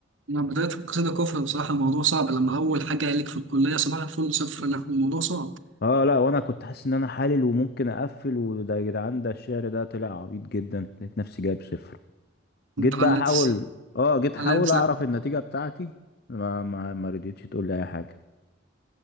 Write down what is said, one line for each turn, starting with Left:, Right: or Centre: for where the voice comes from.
Right: مع بداية القصيدة كفر بصراحة الموضوع صعب لما أول حاجة ليك في الكلية صباح الفل صفر لا الموضوع صعب
Left: اه لا وانا كنت حاسس ان انا حالل وممكن اقفل وده يا جدعان ده الشعر ده طلع عبيط جدا لقيت نفسي جايب صفر
Right: أنت
Left: جيت بقى
Right: علقت
Left: احاول
Right: الس-
Left: اه جيت احاول
Right: علقت صفر
Left: اعرف النتيجة بتاعتي ما ما ما رضيتش تقول لي اي حاجة